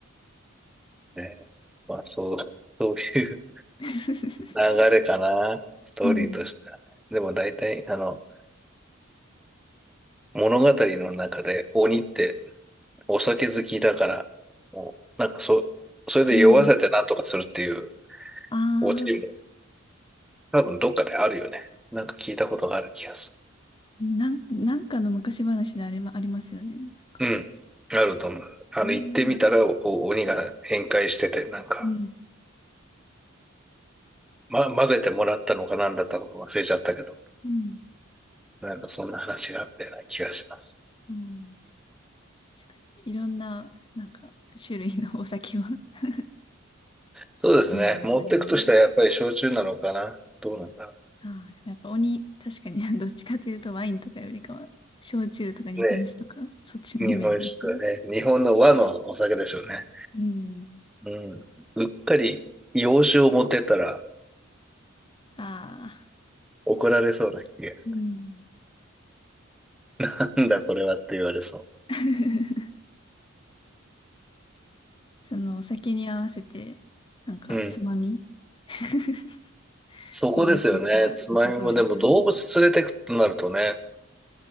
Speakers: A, in the centre; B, on the left.
A: てね。まあ、そう、そういう
B: <laughs>
A: 流れかな。ストーリーとしてはね。
B: うん。
A: でも大体、あの、物語の中で鬼ってお酒好きだから、もう、なんかそ、それで酔わせてなんとかするっていう
B: うん。ああ、
A: オチも多分どっかであるよね。なんか聞いたことがある気がす
B: なん、なんかの昔話であれもありますよね。なんか、
A: る。うん。あると思う。あの、
B: ああ、うん。
A: 行ってみたらお鬼が宴会してて、なんか、
B: う
A: ま、混ぜてもらったのか何だったのか忘れちゃったけど、
B: ん。
A: なんかそんな話があったような気がします。
B: うん。確かに。いろんな、なんか、種類のお酒を <laughs>
A: そうですね。
B: 好みを探りながら。
A: 持ってくとしたらやっぱり焼酎なのかな。どうなんだろ
B: ああ、でもやっぱ鬼、確かに <laughs> どっちかというとワインとかよりかは、焼酎とか日本酒とか、
A: う。ね
B: そっちのイメージですね。
A: 日本酒とかね、日本の和のお酒でしょうね。
B: うん。
A: うん。うっかり洋酒を持ってったら
B: ああ。
A: 怒られそうな気が。
B: うん。
A: <laughs> なんだこれはって言われそ
B: <laughs> そのお酒に合わせて、なんかつまみ
A: う。うん。
B: <laughs>
A: そこですよね。
B: を持っていったら良さそうですよね。
A: つまみもでも動物連れてくとなるとね、